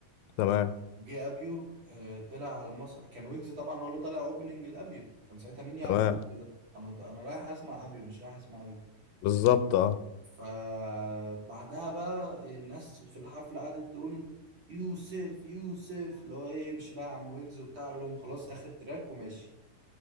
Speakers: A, on the left (about 85°); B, on the right (about 35°).
A: تمام
B: جه ابيو آه، طلع على المسرح كان ويجز طبعا هو اللي طلع اوبننج الابيو كان ساعتها مين يعرف
A: تمام
B: ويجز ده انا انا رايح اسمع ابيو مش رايح اسمع ويجز
A: بالظبط اه
B: فبعدها بقى الناس في الحفله قعدت تقول يوسف يوسف اللي هو ايه امشي بقى يا عم ويجز وبتاع قال لهم خلاص اخر تراك وماشي